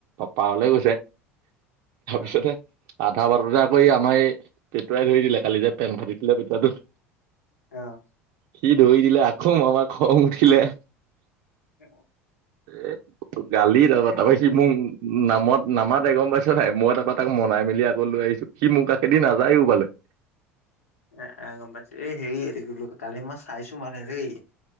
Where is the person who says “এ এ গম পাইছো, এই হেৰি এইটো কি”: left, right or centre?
Left